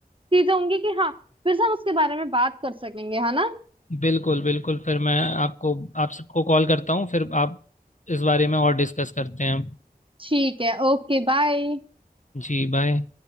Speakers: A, on the right; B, on the left.
A: चीजें होंगी कि हाँ फिर से हम उसके बारे में बात कर सकेंगे है ना
B: बिल्कुल बिल्कुल फिर मैं आपको आप सबको कॉल करता हूँ फिर आप इस बारे में और डिस्कस करते हैं
A: ठीक है ओके बाय
B: जी बाय